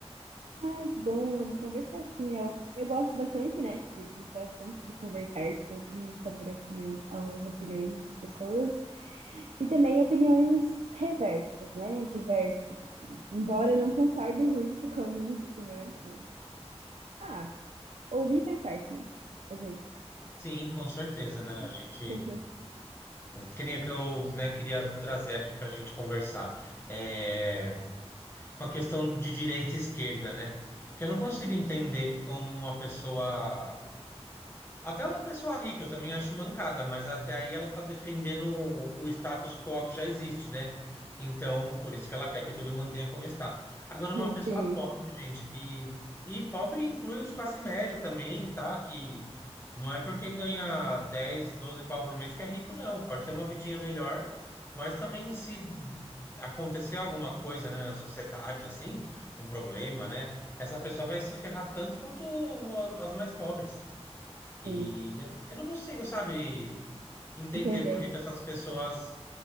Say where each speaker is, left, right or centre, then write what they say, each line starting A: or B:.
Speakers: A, on the right; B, on the left.
A: Ah, que bom, vamos conversar sim. Eu, eu gosto bastante, né, de- desse assunto, de conversar sobre saber a opinião, as opiniões das pessoas e também opiniões reversas, né, diversas, assim. Embora eu não concorde muito <laughs> com algumas opiniões, mas, ah, ouvir faz parte, né, às vezes.
B: Sim, com certeza, né? A gente,
A: <laughs>
B: que nem que eu, né, queria trazer aqui para a gente conversar, é, com a questão de direita e esquerda, né? Porque eu não consigo entender como uma pessoa até uma pessoa rica eu também acho mancada, mas até aí ela está defendendo o o status quo que já existe, né? Então, por isso que ela quer que tudo mantenha como está. Agora, uma pessoa
A: Sim,
B: pobre, gente, que. E pobre inclui os classe média também, tá? Que não é porque ganha 10, 12 pau por mês que é rico, não. Pode ter uma vidinha melhor, mas também se acontecer alguma coisa, né, na sociedade, assim, um problema, né? Essa pessoa vai se ferrar tanto quanto as mais pobres. E
A: sim,
B: eu não consigo, sabe, entender
A: entender.
B: por que que essas pessoas